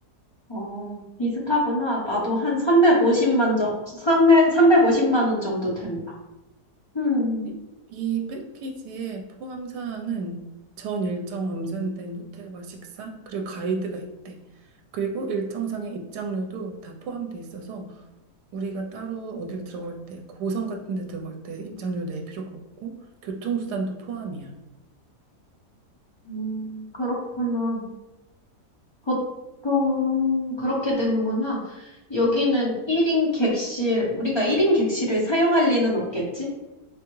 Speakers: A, on the left; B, on the right.
A: 어, 비슷하구나. 나도 한 350만 정, 삼백오십만 원 정도 된다. 음,
B: 이, 이 패키지의 포함 사항은 전 일정 엄선된 호텔과 식사, 그리고 가이드가 있대. 그리고 일정상의 입장료도 다 포함돼 있어서 우리가 따로 어딜 들어갈 때, 고성 같은 데 들어갈 때 입장료 낼 필요가 없고, 교통수단도 포함이야.
A: 음, 그렇구나. 보통 그렇게 되는구나. 여기는 1인 객실, 우리가 1인 객실을 사용할 리는 없겠지?